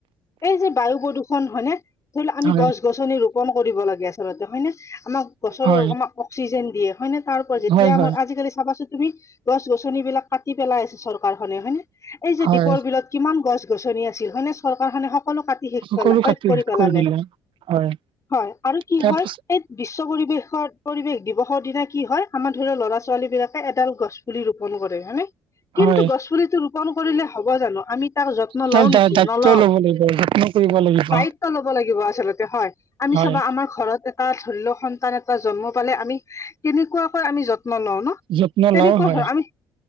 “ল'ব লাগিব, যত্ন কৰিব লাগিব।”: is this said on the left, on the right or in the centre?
Right